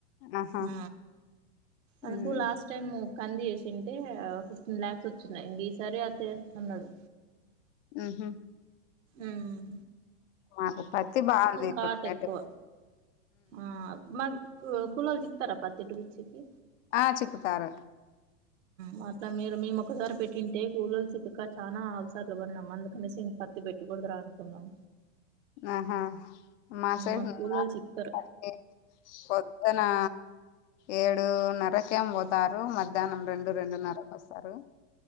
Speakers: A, on the left; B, on the right.
A: ఆహా
B: హు అందుకు
A: ఉమ్
B: లాస్ట్ స్ట్ టైం కంది ఏసుంటే ఓ ఫిఫ్టీన్ ల్యాక్స్ వచ్చినయి ఇంగ ఈ సారి అదే ఏస్తున్నడు
A: ఊహు
B: ఉమ్
A: మాకు పత్తి బాగుంది ఇప్పుడు
B: కాట్
A: రేటు
B: ఎక్కువ ఆ మాక్ కూ కూలోళ్ళు చిక్కుతరా పత్తిటు గుచ్చికి
A: ఆ చిక్కుతారు
B: ఉ అట్లా మీరు మేము ఒకసారి పెట్టింటే కూలోళ్ళు చిక్కక చాలా అవసార్లు పడినం అందుకని పెట్టుకూడదురా అనుకున్నాం
A: ఆహా మాసైడ్
B: మాకు
A: ఉన్నరు
B: కూలోళ్ళు చిక్కరు
A: పత్తి అవునా ఏడున్నర ఏమో పోతారు మధ్యాహ్నం రెండు రెండన్నర కొస్తారు